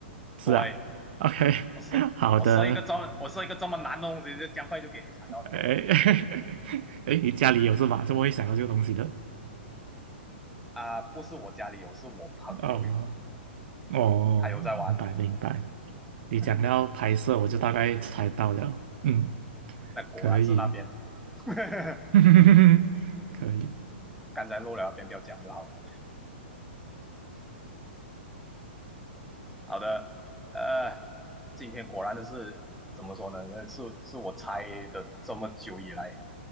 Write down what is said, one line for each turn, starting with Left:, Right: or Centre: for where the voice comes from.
Right: 是啊。
Centre: 对，
Right: OK，
Centre: 我设我设一个这么我设一个这么难的东西，
Right: <laughs> 好的。
Centre: 就这样快就给你猜到了
Right: 哎 <laughs> 哎，你家里有是吧？怎么会想到这个东西的？
Centre: 啊、不是我家里有，是我朋友有。
Right: 哦哦，
Centre: 嗯，他有在玩，
Right: 明白明白。你讲到拍摄，
Centre: <laughs>
Right: 我就大概猜到了。嗯，
Centre: 那果然是那边，
Right: 可以，
Centre: <laughs>
Right: <laughs> 可以，
Centre: 刚才漏了那边不要讲就好了。好的，呃，今天果然的是怎么说呢？那是是我猜的这么久以来，